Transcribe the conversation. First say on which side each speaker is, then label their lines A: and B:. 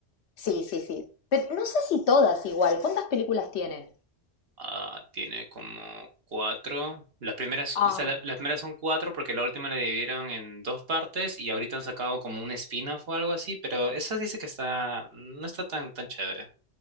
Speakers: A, on the left (about 80°); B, on the right (about 60°).
A: Sí, sí, sí. Pero no sé si todas igual. ¿Cuántas películas tiene?
B: Ah, tiene como cuatro. Las primeras,
A: Ah,
B: o sea, la- las primeras son cuatro porque la última la dividieron en dos partes y ahorita han sacado como un spin-off o algo así, pero esa dice que está, no está tan, tan chévere.